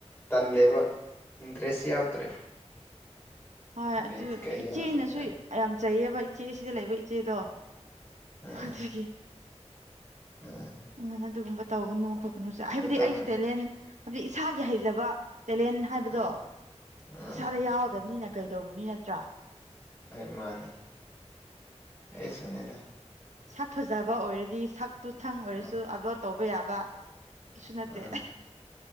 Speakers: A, on the left (about 20°); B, on the right (about 80°).
A: ꯇꯜꯂ‌ꯦꯕ ꯏꯟꯔꯦꯁ ꯌꯥꯎꯗ꯭ꯔꯦ
B: ꯍꯣꯏ ꯑꯗꯨ
A: ꯕꯤꯠ ꯀꯩ
B: ꯏꯆꯦꯅꯁꯨ
A: ꯌꯥꯎꯗ꯭ꯔꯦꯗ
B: ꯌꯥꯝ ꯆꯩꯌꯦꯕ ꯏꯆꯦ ꯁꯤꯗ ꯂꯩꯕ ꯏꯆꯦꯗꯣ
A: ꯎꯝ
B: ꯑꯗꯨꯒꯤ
A: ꯎꯝ
B: ꯎꯝ ꯑꯗꯨꯒꯨꯝꯕ ꯇꯧꯒꯅꯨ ꯈꯣꯠꯀꯅꯨꯁꯨ ꯍꯥꯏꯕꯗꯤ
A: ꯃꯇꯝ
B: ꯑꯩꯁꯨ ꯇꯦꯂꯦꯟ ꯍꯥꯏꯕꯗꯤ ꯏꯁꯥꯒꯤ ꯍꯩꯖꯕ ꯇꯦꯂꯦꯟ ꯍꯥꯏꯕꯗꯣ
A: ꯎꯝ ꯎꯝ
B: ꯏꯁꯥꯗ ꯌꯥꯎꯗꯕꯅꯤꯅ ꯀꯩꯗꯧꯔꯨꯅꯤ ꯅꯠꯇ꯭ꯔꯥ
A: ꯍꫭꯏ ꯃꯥꯅꯤ ꯑꯩꯁꯨꯅꯤꯗ
B: ꯁꯛ ꯐꯖꯕ ꯑꯣꯏꯔꯗꯤ ꯁꯛꯇꯨ ꯇꯪ ꯑꯣꯏꯔꯁꯨ
A: ꯎꯝ
B: ꯑꯞꯂꯣꯠ ꯇꯧꯕ ꯌꯥꯕ ꯑꯗꯨꯁꯨ ꯅꯠꯇꯦ
A: ꯎꯝ